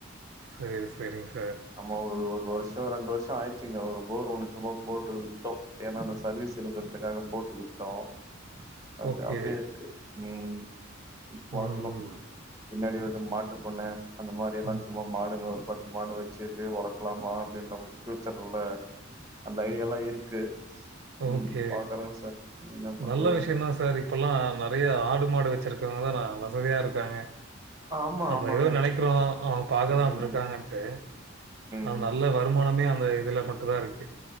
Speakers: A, on the right; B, on the right.
A: சேரி சேரிங்க சார்
B: ஆமா ஒரு ஒரு வருஷம் ரெண்டு வருஷம் ஆயிடுச்சுங்க ஒரு போர் ஒன்னு சும்மா போட்டு விட்டோம் ஏன்னா சர்வீஸ் இழுக்கறதுக்காக போட்டு விட்டோம் அது
A: ஓகே.
B: அப்டியே இருக்கு ம் பாக்கணும்
A: ம், ம்,
B: பின்னாடி ஒரு மாட்டு பண்ணை அந்த மாரி எல்லாம்
A: ம்.
B: சும்மா மாடுங்க ஒரு பத்து மாடு வச்சு எப்டியு வளர்க்கலாமா பஃபியூச்சர்ல அந்த ஐடியால்லாம் இருக்கு ம்
A: ஓகே
B: பாக்குறோ சார் என்ன பண்றதுன்னு
A: நல்ல விஷயம் தான் சார் இப்போல்லாம் நிறைய ஆடு மாடு வச்சிருக்கறவங்கதான் வசதியா இருக்காங்க
B: ஆமா
A: நம்ம
B: ஆமாங்க
A: எதோ நினைக்கிறோம் அவங்க பாக்கதான்
B: ம்
A: அப்டி இருக்காங்கன்ட்டு அ
B: ம்
A: நல்ல வருமானமே அந்த இதுல மட்டும் தான் இருக்கு